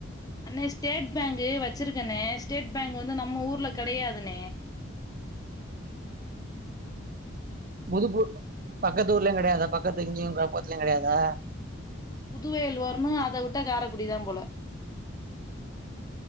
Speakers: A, on the left; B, on the right.
A: அண்ண ஸ்டேட் பேங்க் வெச்சிருக்கண்ண ஸ்டேட் பேங்க் வந்து நம்ம ஊர்ல கெடையாதுண
B: புதுபூர் பக்கத்தூர்லயு கெடையாதா பக்கத்து இங்கியு பக்கத்துலயு கெடையாதா
A: புதுவையில் வரணு அத விட்டா காரகுடிதான் போல